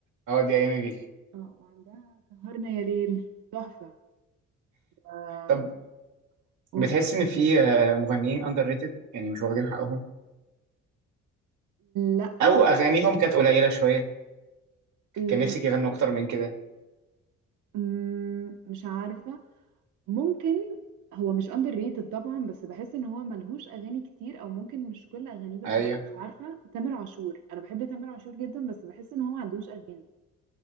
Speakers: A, on the right; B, on the right.
A: اه دي ايامي بيك
B: اه وعندها سهرنا يا ليل تحفة آم،
A: طب
B: قول
A: بتحس ان في آه، مغنيين اندر ريتد يعني مش واخدين حقهم
B: لا
A: او
B: بس
A: اغانيهم كانت قليلة شوية
B: ال-
A: كان نفسك يغنوا اكتر من كده
B: مم، مش عارفة ممكن هو مش اندر ريتد طبعا بس بحس ان هو ملهوش اغاني كتير او ممكن مش كل اغانيه بسمعها
A: ايوه
B: مش عارفة تامر عاشور انا بحب تامر عاشور جدا بس بحس ان هو ما عندوش اغاني